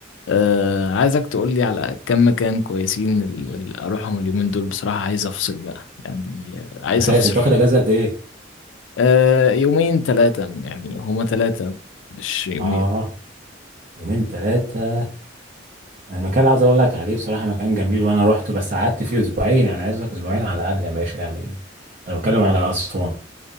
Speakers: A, on the left; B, on the right.
A: آه، عايزك تقولي على كم مكان كويسين ال- ال- اروحهم اليومين دول بصراحة عايز افصل بقى يعني آه، عايز
B: اساس
A: افصل
B: انت واخد اجازه قد ايه
A: آه، يومين ثلاثة يعني هما ثلاثة مش يومين
B: اه يومين ثلاثه انا المكان اللي عايز اقول لك عليه بصراحه مكان جميل وانا رحت بس قعدت فيه اسبوعين يعني عايز لك اسبوعين على الاقل يا باشا يعني انا بتكلم على اسوان